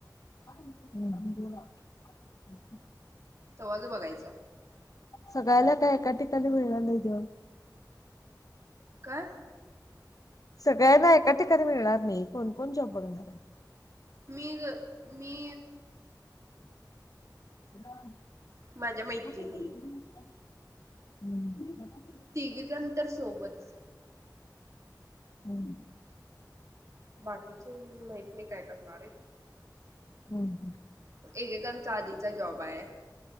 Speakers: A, on the left; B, on the right.
A: हम्म.
B: तवाज बघायचं.
A: सगळयला काय एका ठिकाणी मिळणार नाही जॉब.
B: काय.
A: सगळ्यांना एका ठिकाणी मिळणार नाही कोण कोण जॉब बघणार आहे.
B: मी ग मी.
A: हम्
B: माझ्या मैत्रिणी
A: <unintelligible>
B: तिघेजण तर सोबत.
A: हम.
B: बाकीची माहत काय करणार आहे.
A: हम्म
B: एकेकांचा आधीचा जॉब आहे.